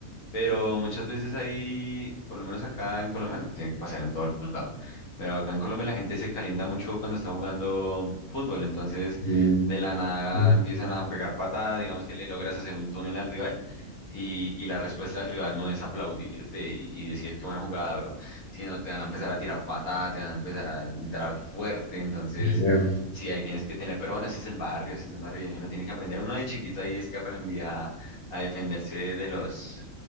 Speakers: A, on the left; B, on the left.
A: pero muchas veces ahí, por lo menos acá en Colombia, no, tiene que pasar en todo lado. Pero acá en Colombia la gente se calienta mucho cuando está jugando fútbol, entonces
B: Sí,
A: de la nada
B: sí,
A: empiezan a pegar patada, digamos que le logras hacer un túnel al rival y, y la respuesta del rival no es aplaudirte y, y decir qué buena jugada, bro, sino te van a empezar a tirar patada, te van a empezar a entrar fuerte, entonces...
B: qué feo.
A: Sí, ahí tienes que tener, pero bueno, ese es el barrio, ese es el barrio, y uno tiene que aprender. Uno de chiquito ahí es que aprendía a defenderse de los,